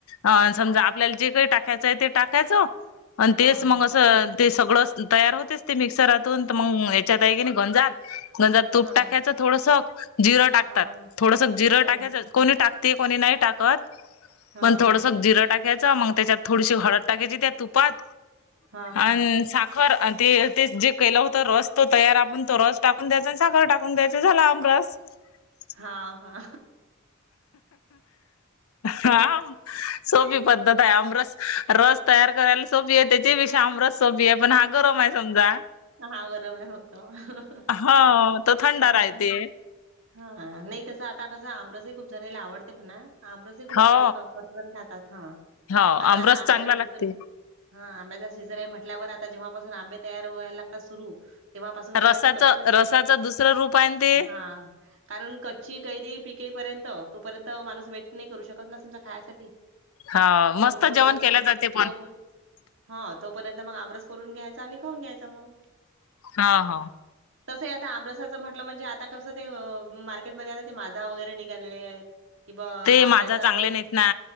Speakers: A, on the left; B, on the right.
A: अ समजा आपल्याला जे काही टाकायचं आहे, ते टाकायचं आणि
B: हां,
A: तेच
B: हां.
A: मग असं ते सगळं तयार होतेच ते मिक्सरातून तर मग या्याच्यात आहे की नाही गंजात गंजात तूप
B: हां,
A: टाकायचं. थोडस जिरं टाकतात,
B: हां.
A: थोडस जिरं
B: हां.
A: टाकायचं. कोणी टाकते कोणी नाही टाकत
B: हां,
A: पण थोडंस
B: हां.
A: जिरं टाक्या च त्याच्यात थोडीशी हळद टाकायची त्या तुपात
B: हां, हां.
A: अन सा खर ते जे केलं होत रस तो तयार आपण तो रस टाकून द्यायचा आणि साखर टाकून द्यायचं, झाला आमरस. <unintelligible>
B: हा हा
A: हा सोपी पद्धत आहे आमरस. रस तयार करायला सोपी आहे त्याच्याही पेक्षा आमरस सोपी आहे, पण हा गरम आहे समजा.
B: हा गरम फक्त.
A: हाव तो थंडा राहते.
B: हां. हा नाही तसं आता कसं आमरस खूप जणनायला आवडते म्हणा आमरसही खूप
A: हो
B: जण खा त पण खातात हा
A: हो
B: कारण
A: आमरस
B: आता आंब्याचा
A: चांगला
B: सीजन.
A: लागते
B: हा आंब्याचा सीझन आहे म्हटल्यावर आता जेव्हापासून आंबे तयार व्हायला लागता सुरु. तेव्हापासून कारण
A: रसाच
B: ते कच्चेच
A: रसाच दुसरं रूप आहे ना ते
B: हा कारण कच्ची कैरी. पिकेपर्यंत तोपर्यंत माणूस वेट नाही करू शकत ना समजा खायसाठी.
A: हा
B: मग
A: मस्त
B: तोपर्यंत
A: जेवण केल्या जाते पण
B: तो प. हा तोपर्यंत मग आमरस करून घ्यायचा, आणि खाऊन घ्यायचा मग.
A: हा हा.
B: तसंय आता आमरसाचं म्हटलं म्हणजे आता कसं ते मार्केटमध्ये आता ते माझा वगैरे निघालेले आहेत. कि बा
A: ते
B: आंब्याचा
A: माझा चांगले
B: रस.
A: नाहीत ना